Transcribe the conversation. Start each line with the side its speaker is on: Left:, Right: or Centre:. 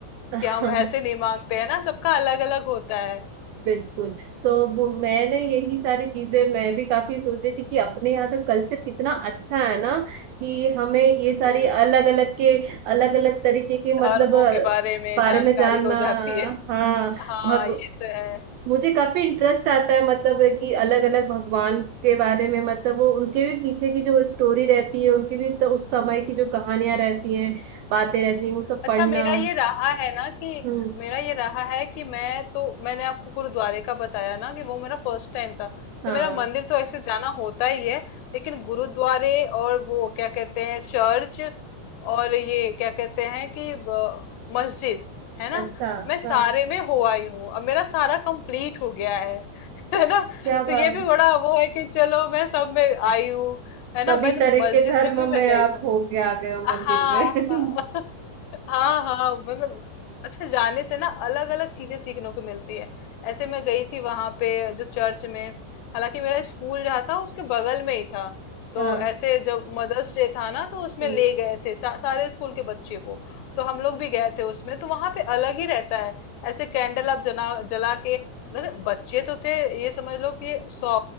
Right: <laughs>
Left: कि हम ऐसे नहीं मांगते हैं ना सबका अलग अलग होता है
Right: बिल्कुल तो वो मैंने यही सारी चीजें मैं भी काफी सोच रही थी कि अपने यहाँ का कल्चर कितना अच्छा है ना कि हमें ये
Left: हम्म,
Right: सारी अलग अलग के अलग अलग तरीके के मतलब
Left: धर्मों
Right: अ,
Left: के बारे में
Right: बारे
Left: जानकारी
Right: में जानना
Left: हो जाती है
Right: हाँ
Left: हाँ
Right: भग
Left: ये तो है
Right: मुझे काफी इंटरेस्ट आता है मतलब कि अलग अलग भगवान के बारे में मतलब वो उनके भी पीछे की जो स्टोरी रहती है उनके भी तो उस समय की जो कहानियां रहती हैं बातें रहती हैं वो सब
Left: अच्छा
Right: पढ़ना
Left: मेरा ये रहा है ना कि
Right: हम्म
Left: मेरा ये रहा है कि मैं तो मैंने आपको गुरुद्वारे का बताया ना कि वो मेरा फर्स्ट टाइम था
Right: हाँ
Left: तो मेरा मंदिर तो ऐसे जाना होता ही है लेकिन गुरुद्वारे और वो क्या कहते हैं चर्च और ये क्या कहते हैं कि ब- मस्जिद है ना
Right: अच्छा
Left: मैं सारे
Right: हाँ,
Left: में हो आई हूँ अब मेरा सारा कंप्लीट हो गया है <laughs> है ना
Right: क्या
Left: तो
Right: बात
Left: ये भी
Right: है
Left: बड़ा वो है कि चलो मैं सब में आई हूँ है ना
Right: सभी
Left: मैंने
Right: तरह
Left: मस्जिद
Right: के धर्म
Left: में भी मैं
Right: में
Left: गई
Right: आप
Left: हूँ
Right: होके आ गए हो मंदिर
Left: हाँ
Right: में
Left: हाँ हाँ हाँ मतलब अच्छा जाने से ना अलग अलग चीजें सीखने को मिलती है ऐसे मैं गई थी वहां पे जो चर्च में हालांकि मेरा स्कूल जहाँ था उसके बगल में ही था तो
Right: <laughs> हाँ
Left: ऐसे जब मदर्स डे था ना तो उसमें
Right: हम्म,
Left: ले गए थे सा, सारे स्कूल के बच्चे को तो हम लोग भी गए थे उसमें तो वहां पे अलग ही रहता है ऐसे कैंडल आप जना जला के मतलब बच्चे तो थे ये समझ लो कि सौ